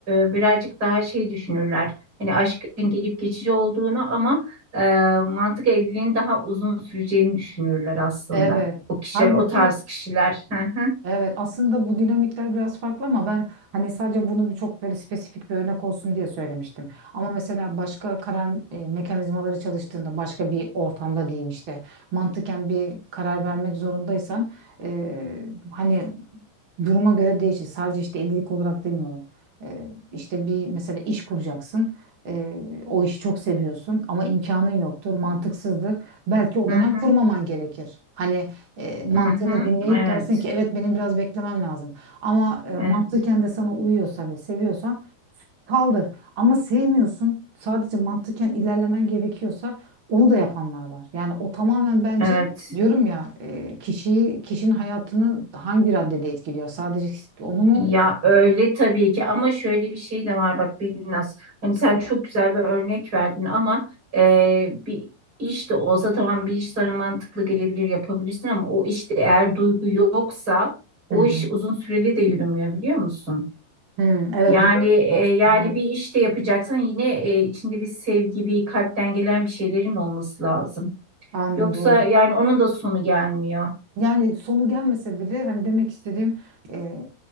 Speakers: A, on the right; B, on the right.
A: e, birazcık daha şey düşünürler. Hani aşkın gelip geçici olduğunu ama e, mantık evliliğin daha uzun süreceğini düşünürler aslında.
B: Evet.
A: O kişiler,
B: Halbuki
A: o tarz kişiler. Hı hı,
B: Evet aslında bu dinamikler biraz farklı ama ben hani sadece bunu bir çok böyle spesifik bir örnek olsun diye söylemiştim. Ama mesela başka karar e, mekanizmaları çalıştığında başka bir ortamda diyeyim işte mantıken bir karar vermek zorundaysan e, hani duruma göre değişir. Sadece işte evlilik olarak demiyorum. Ee, işte bir mesela iş kuracaksın. Ee, o işi çok seviyorsun ama imkanın yoktur, mantıksızdır. Belki o
A: hı
B: dönem
A: hı,
B: kurmaman gerekir. Hani e, mantığını
A: hı hı.
B: dinleyip
A: Evet,
B: dersin ki evet benim biraz beklemem lazım. Ama e,
A: evet,
B: mantıken de sana uyuyorsa ve seviyorsan Kaldır. Ama sevmiyorsun. Sadece mantıken ilerlemen gerekiyorsa onu da yapanlar var. Yani o tamamen bence
A: evet.
B: diyorum ya e, kişiyi kişinin hayatını hangi raddede etkiliyor? Sadece onu mu?
A: Ya öyle tabii ki ama şöyle bir şey de var bak Binnaz. Hani sen çok güzel bir örnek verdin ama e, bir iş de olsa tamam bir iş sana mantıklı gelebilir yapabilirsin ama o işte eğer duygu yoksa o
B: Hı hı.
A: iş uzun süreli de yürümüyor biliyor musun?
B: Hı, evet
A: Yani
B: doğru.
A: e, yani
B: Doğru.
A: bir iş de yapacaksan yine e, içinde bir sevgi, bir kalpten gelen bir şeylerin olması lazım.
B: Aynen
A: Yoksa
B: doğru.
A: yani onun da sonu gelmiyor.
B: Yani sonu gelmese bile hani demek istediğim e,